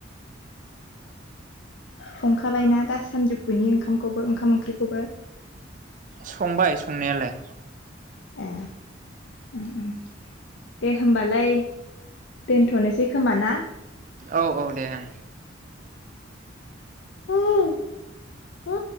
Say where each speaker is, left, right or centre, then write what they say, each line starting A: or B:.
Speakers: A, on the left (about 70°); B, on the right (about 40°).
A: संखाबायना दा सानजौफुनि ओंखामखौबो ओंखाम ओंख्रिखौबो
B: संबाय संनायालाय
A: ए उम उम दे होमबालाय दोनथ'नोसै खोमा ना?
B: औ औ दे ओं
A: ह